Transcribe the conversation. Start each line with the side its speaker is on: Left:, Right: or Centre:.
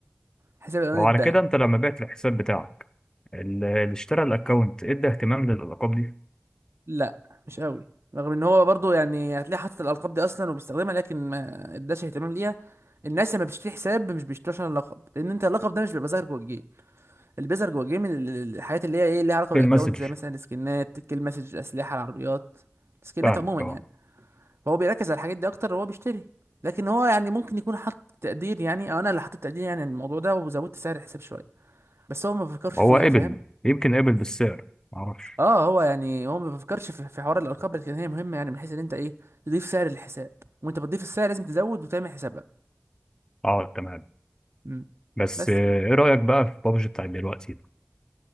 Right: حساب الأولاني
Left: وعلى
Right: اتباع
Left: كده انت لما بعت الحساب بتاعك اللي اللي اشترى الاكونت ادى اهتمام للالقاب دي
Right: لا مش قوي رغم ان هو برضو يعني هتلاقيه حاطط الالقاب دي اصلا وبيستخدمها لكن ما اداش اهتمام ليها الناس لما بتشتري حساب مش بيشتروش عشان اللقب لان انت اللقب ده مش بيبقى ظاهر جوه الجيم اللي بيظهر جوه الجيم ال- ال- الحاجات اللي هي ايه ليها علاقه
Left: في
Right: بالاكونت
Left: المسج
Right: زي مثلا السكنات الكيل مسج الاسلحه العربيات السكنات
Left: فاهم
Right: عموما
Left: اه
Right: يعني فهو بيركز على الحاجات دي اكتر وهو بيشتري لكن هو يعني ممكن يكون حاطط تقدير يعني او انا اللي حطيت تقدير يعني عن الموضوع ده وزودت سعر الحساب شويه بس هو ما بيفكرش
Left: هو
Right: فيها
Left: قبل
Right: فاهم
Left: يمكن قبل بالسعر ما اعرفش
Right: اه هو يعني هو ما بيفكرش في في حوار الارقام لكن هي مهمه يعني من حيث ان انت ايه تضيف سعر للحساب وانت بتضيف السعر لازم تزود وتعمل حسابها
Left: اه تمام
Right: مم.
Left: بس
Right: بس
Left: آه،
Right: يعني
Left: ايه رايك بقى في بابجي بتاعت دلوقتي